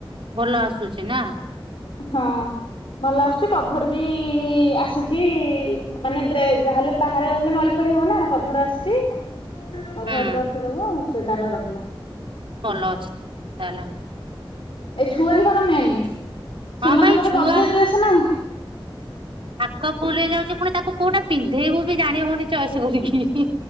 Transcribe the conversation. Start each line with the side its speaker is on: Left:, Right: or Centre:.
Right: ଭଲ ଆସୁଛି ନା।
Left: ହଁ। ଭଲ ଆସୁଛି କଭର ବି ଆସିଛି ମାନେ ଡ୍ରେ ଯାହେଲେ ବାହାରେ ରହିଲେ ମଳି ଫଳି ହବ ନା କଭର ଆସିଛି କଭର
Right: ହୁଁ
Left: ରଖିଦବ ସେ ତାର ରହିଲା।
Right: ଭଲ ଅଛି ତାଲ।
Left: ଏ ଛୁଆଙ୍କର ମେନ
Right: ହଁ
Left: ସେମାନଙ୍କର
Right: ଭାଇ ଛୁଆ
Left: ଗଦେ ଡ୍ରେସ ନା।
Right: ଥାକ ଫୁଲ ହେଇଯାଉଛି ପୁଣି ତାକୁ କୋଉଟା ପିନ୍ଧେଇବୁ ବି ଜାଣି ହଉନି ଚଏସ କିରିକି।